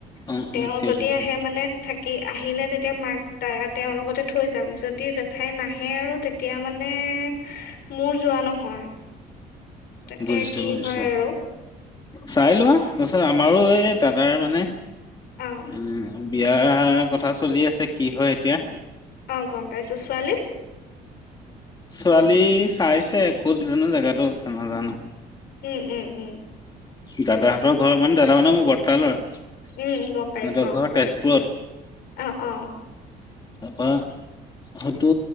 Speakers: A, on the left; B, on the left.
A: উম
B: তেওঁ
A: উম সেইটোৱে
B: যদি
A: সেইটোৱে
B: আহে মানে থাকি আহিলে তেতিয়া মাক ত তেওঁৰ লগত লগতে থৈ যাম, যদি জেঠাই নাহে আৰু তে তিয়া মানে মোৰ যোৱা নহয়। তাকে
A: বুজিছো
B: কি
A: বুজিছো।
B: হয় আৰু
A: চাই লোৱা তাৰপিছত আমাৰো এই দাদাৰ মানে
B: অ
A: উম বিয়াৰ কথা চলি আছে কি হয় এতিয়া।
B: অ গম ছোৱালী
A: ছোৱালী চাইছে ক'ত জানো জেগাতো হৈছে নাজানো?
B: উম উম উম
A: দাদাহঁতৰ ঘৰৰ মানে দাদা মানে মোৰ বৰ্তাৰ ল'ৰা।
B: উম
A: সিহঁতৰ
B: উম গম পাইছো
A: ঘৰ তেজপুৰত
B: অ অ অ
A: তাপা হয়তো